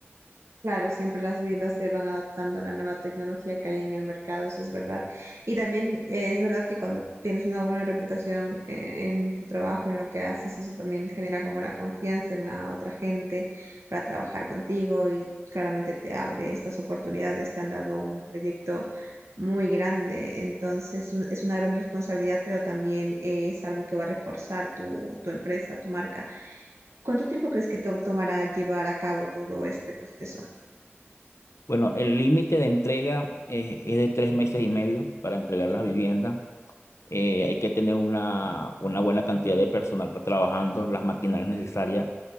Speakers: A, on the right; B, on the left.
A: Claro, siempre las viviendas se van adaptando a la nueva tecnología que hay en el mercado, eso es verdad. Y también eh, es verdad que cuando tienes una buena reputación eh, en tu trabajo, en lo que haces, eso también genera como la confianza en la otra gente para trabajar contigo y claramente te abre estas oportunidades, te han dado un proyecto muy grande, entonces un- es una gran responsabilidad, pero también eh, es algo que va a reforzar tu, tu empresa, tu marca. ¿Cuánto tiempo crees que te tomará llevar a cabo todo este proceso?
B: Bueno, el límite de entrega es, es de tres meses y medio para entregar las viviendas eh, hay que tener una, una buena cantidad de personal para trabajando, las maquinarias necesarias.